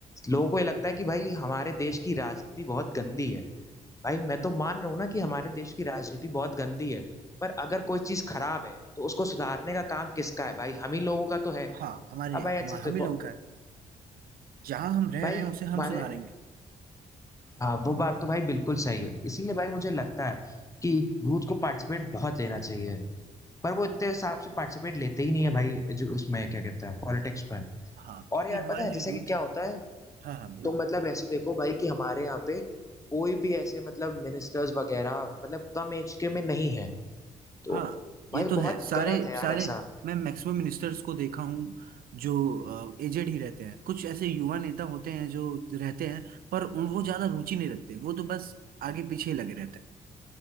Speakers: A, on the left (about 15°); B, on the right (about 50°).
A: लोगों को ये लगता है कि भाई हमारे देश की राजनीति बहुत गंदी है भाई मैं तो मान रहा हूँ ना कि हमारे देश की राजनीति बहुत गंदी है पर अगर कोई चीज खराब है तो उसको सुधारने का काम किसका है भाई हम ही लोगों का तो है
B: हाँ हमारे
A: अब भाई अच्छे
B: हम हम
A: से देखो
B: ही लोगों का है जहाँ हम रह
A: भाई
B: रहे हैं
A: हमारे
B: उसे हम सुधारेंगे
A: हाँ वो बात तो भाई बिल्कुल सही है इसीलिए भाई मुझे लगता है कि यूथ को पार्टिसिपेट बहुत लेना चाहिए पर वो इतने हिसाब से पार्टिसिपेट लेते ही नहीं है भाई जो उसमें क्या कहते हैं पॉलिटिक्स में
B: हाँ
A: और
B: क्योंकि
A: यार
B: हमारे
A: पता है
B: जो
A: जैसे
B: यूथ
A: कि क्या
B: है
A: होता है
B: हाँ हाँ बोल
A: तो मतलब ऐसे देखो भाई कि हमारे यहाँ पे कोई भी ऐसे मतलब मिनिस्टर्स वगैरह मतलब कम एज के में नहीं है तो
B: हाँ ये
A: भाई
B: तो है
A: बहुत
B: सारे
A: गलत है यार
B: सारे
A: ऐसा
B: मैं मैक्सिमम मिनिस्टर्स को देखा हूँ जो एजेड ही रहते हैं कुछ ऐसे युवा नेता होते हैं जो रहते हैं पर उन वो ज्यादा रुचि नहीं रखते वो तो बस आगे पीछे लगे रहते हैं